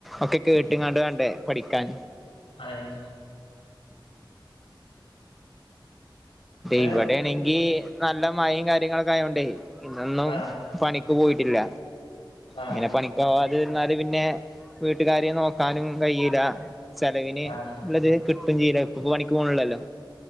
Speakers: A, in the centre; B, on the left.
A: ഒക്കെ കേട്ട്ങ്ങാണ്ട് വേണ്ടേ പഠിക്കാൻ
B: അഹ് ട്ട്
A: ഇവിടെയാണെങ്കി നല്ല മഴയും കാര്യങ്ങളൊക്കെ ആയോണ്ടേ ഇന്നൊന്നും
B: ആഹ്
A: പണിക്ക് പോയിട്ടില്ല
B: ആഹ്
A: ഇങ്ങനെ പണി ക്ക്‌ പോകാതിരുന്നാൽ പിന്നെ വീട്ടുകാര്യം നോക്കാനും കഴിയില്ല ചെലവിന്
B: ആഹ്
A: ഉള്ളത് കിട്ടും ചെയ്യില്ല ഇപ്പപ്പോ പണിക്ക് പോക്ണില്ലല്ലോ